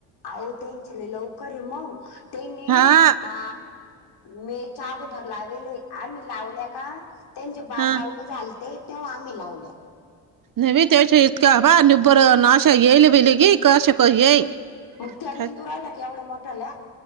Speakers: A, on the left; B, on the right.
A: आहो त्यांच्याले लवकर आहे मग त्यांनी
B: हा
A: ह मे च्या अगोदर लावेले आहे आम्ही लावल्या का त्यांची बाद
B: हा
A: लावून झालते तेव्हा आम्ही लावल्या
B: नवी तेच इथकावा निबर नाश येल विलग कर्शक येई
A: मग त्या निंदू
B: काय
A: राहिल्या केवढ्या मोठाल्या